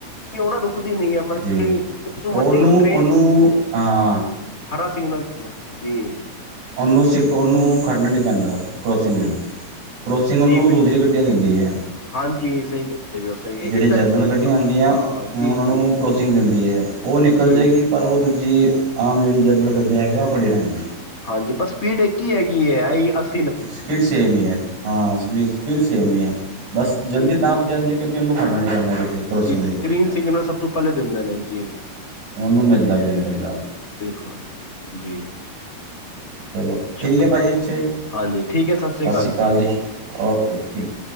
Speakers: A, on the left (about 20°); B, on the right (about 75°).
A: ਓ ਨਾ ਰੁਕਦੀ ਨੀ ਐ ਮਤਲਬ
B: ਜੀ
A: ਉਸ ਤੋਂ
B: ਉਹਨੂੰ
A: ਵੱਡੀ ਕੋਈ ਟ੍ਰੇਨ
B: ਉਹਨੂੰ ਹਾਂ
A: ਹਰਾ ਸਿਗਨਲ ਜੀ।
B: ਓਨੂੰ ਸ ਓਨੂੰ ਖੜ੍ਹਨਾ ਨੀ ਪੈਂਦਾ ਕਰੋਸਿੰਗ ਲਈ। ਕਰੋਸਿੰਗ ਓਨੂੰ
A: ਜੀ ਬਿਲਕੁਲ
B: ਦੂਸਰੀ ਗੱਡੀਆ ਦੇਂਦੀ ਐ।
A: ਹਾਂਜੀ ਸਹੀ ਕਹਿੰਦੇ ਪਏ ਹੋ ਸਹੀ
B: ਜੇੜੀ
A: ਇਸ ਕਰਕੇ
B: ਜਰਨਲ ਗੱਡੀਆਂ ਹੁੰਦੀਆ
A: ਹਾਂ ਜੀ
B: ਉਨਾ
A: ਜੀ
B: ਨੂੰ ਕੋਚਿੰਗ ਦਿੰਦੀ ਐ ਓ ਨਿਕਲ
A: ਜੀ
B: ਜੇਗੀ
A: ਜੀ
B: ਪਰ ਓ ਦੂਜੀ ਆਮ ਜੇੜੀ ਜਰਨਲ ਗੱਡੀਆਂ ਹੈਗੀਆਂ ਓ ਖੜ੍ਹੀ ਰੈਣਗੀ।
A: ਹਾਂਜੀ, ਪਰ ਸਪੀਡ ਇੱਕ ਈ ਹੈਗੀ ਐ ਆ ਈ ਅਸ
B: ਸਪੀਡ ਸੇਮ ਈ ਐ, ਹਾਂ ਸਪੀਡ ਸੇਮ ਈ ਐ ਬਸ
A: ਜੀ
B: ਜਲਦੀ ਤਾਂ ਪਹੁੰਚਾਂਦੀ ਕਿਉਂਕੀ ਉਨੂੰ ਖੜਨਾ ਨੀ ਪੈਂਦਾ ਗੱਡੀ ਕਰੋਸਿੰਗ
A: ਜੀ
B: ਲਈ।
A: ਗ੍ਰੀਨ ਸਿਗਨਲ ਸਭ ਤੋਂ ਪਹਿਲੇ ਦਿੰਦੇ ਨੇ ਜੀ
B: ਉਨੂੰ ਮਿਲਦਾ ਗ੍ਰੀਨ ਆਲਾ।
A: ਬਿਲਕੁਲ ਜੀ।
B: ਚਲੋ
A: ਚਲੋ
B: ਠੀਕ ਐ ਭਾਜੀ ਅੱਛਾ ਜੀ,
A: ਹਾਂਜੀ ਠੀਕ ਹੈ ਸਤਿ ਸ੍ਰੀ
B: ਸਾਸਰੀਕਾਲ
A: ਅਕਾਲ ਭਾਜੀ
B: ਜੀ, ਓਕੇ ਠੀਕ।